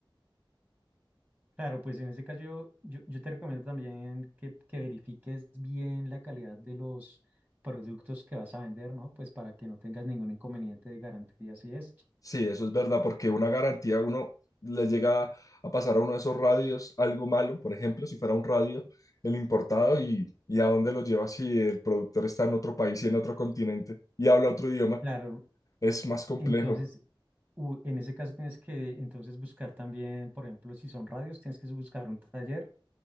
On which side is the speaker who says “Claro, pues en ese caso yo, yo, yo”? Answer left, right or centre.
Right